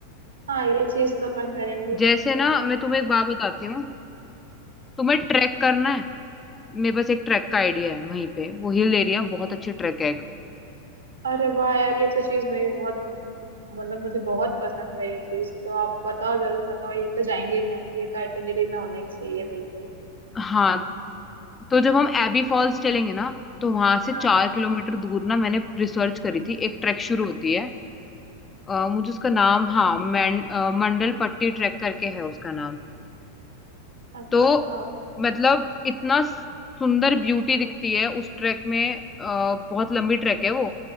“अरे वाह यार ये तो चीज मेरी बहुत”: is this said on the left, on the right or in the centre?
Right